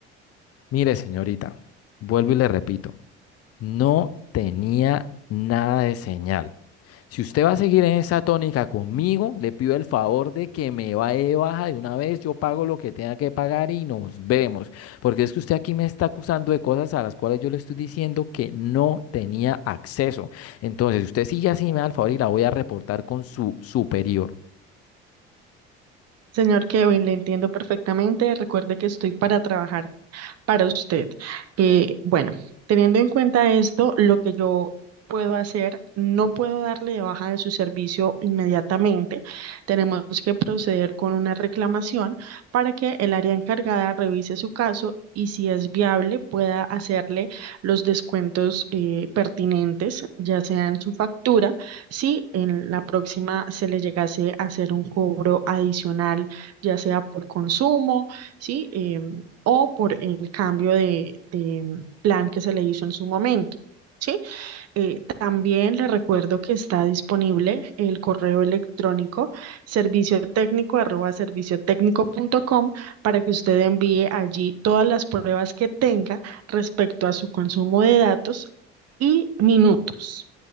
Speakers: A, on the left; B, on the right.
A: Mire, señorita, vuelvo y le repito. No tenía nada de señal. Si usted va a seguir en esa tónica conmigo, le pido el favor de que me vaya de baja de una vez, yo pago lo que tenga que pagar y nos vemos. Porque es que usted aquí me está acusando de cosas a las cuales yo le estoy diciendo que no tenía acceso. Entonces, si usted sigue así, me da el favor y la voy a reportar con su superior.
B: Señor Kevin, le entiendo perfectamente. Recuerde que estoy para trabajar para usted. Eh, bueno, teniendo en cuenta esto, lo que yo puedo hacer, no puedo darle de baja de su servicio inmediatamente. Tenemos que proceder con una reclamación para que el área encargada revise su caso y si es viable pueda hacerle los descuentos eh, pertinentes, ya sea en su factura, si en la próxima se le llegase a hacer un cobro adicional, ya sea por consumo. ¿sí? Eh, o por el cambio de, de plan que se le hizo en su momento. ¿Sí? Eh, también le recuerdo que está disponible el correo electrónico servicio técnico arroba servicio técnico punto com para que usted envíe allí todas las pruebas que tenga respecto a su consumo de datos y minutos.